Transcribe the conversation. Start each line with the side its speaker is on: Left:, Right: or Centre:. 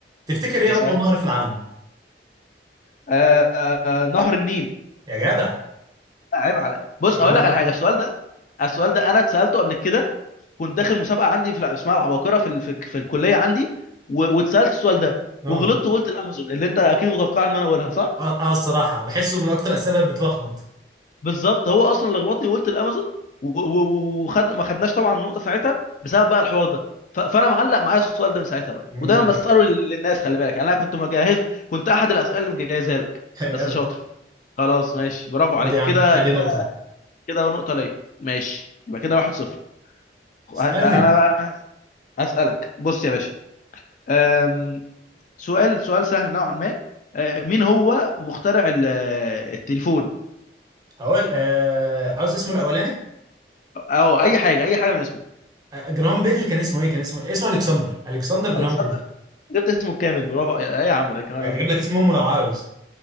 Right: تفتكر ايه
Left: اسألني
Right: اطول نهر في العالم
Left: آه آه نهر النيل
Right: يا جدع
Left: لا، عيب على بص
Right: يا
Left: اقول
Right: عم
Left: لك على حاجة السؤال ده السؤال ده انا اتسألته قبل كده كنت داخل مسابقة عندي في الع- اسمها العباقرة في ال- في, في الكلية عندي و- واتسألت السؤال ده
Right: اه
Left: وغلطت وقلت الامازون اللي انت اكيد متوقع ان انا اقولها صح
Right: اه آه الصراحه بحسه من اكتر الاسئله اللي بتلخبط
Left: بالظبط هو اصلا اللي لخبطني وقلت الامازون و- و- و- وخد ما خدناش طبعا النقطه ساعتها بسبب بقى الحوار ده ف- فانا معلق معايا السؤال ده من ساعتها بقى
Right: امم
Left: ودايما بساله لل- للناس خلي بالك يعني انا كنت مجهز كنت احد الاسئله اللي مجهزها لك
Right: <laughs> يا
Left: بس
Right: جدع
Left: شاطر خلاص ماشي برافو عليك
Right: خد يا عم
Left: كده كده
Right: ادي نقطة
Left: كده نقطه ليا ماشي يبقى كده واحد صفر خ- ه-
Right: اسألني
Left: انا بقى اسالك بص يا باشا أم، سؤال سؤال سهل نوعا ما أه، مين هو مخترع ال- التليفون
Right: هقول آه... عاوز اسمه الأولاني
Left: او اي حاجه اي حاجه من اسمه
Right: آه... جرام بيل كان اسمه ايه كان اسمه اسمه الكسندر الكسندر جرام
Left: الكسندر
Right: بيل
Left: جرا- جبت اسمه الكامل برافو يا- ايه يا عم ده الجمال
Right: اجيب
Left: ده
Right: لك اسم امه لو عاوز